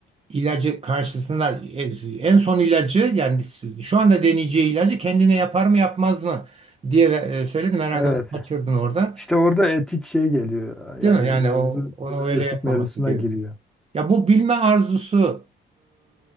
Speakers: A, on the right; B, in the centre.
A: ilacı karşısında e, en son ilacı yani şu anda deneyeceği ilacı kendine yapar mı yapmaz mı diye e, söyledim herhalde
B: Evet.
A: onu kaçırdın orada
B: İşte orada etik şey geliyor. Yani
A: değil mi yani
B: mevzu
A: o onu öyle
B: etik
A: yapmaması
B: mevzusuna
A: gerekiyor.
B: giriyor.
A: Ya bu bilme arzusu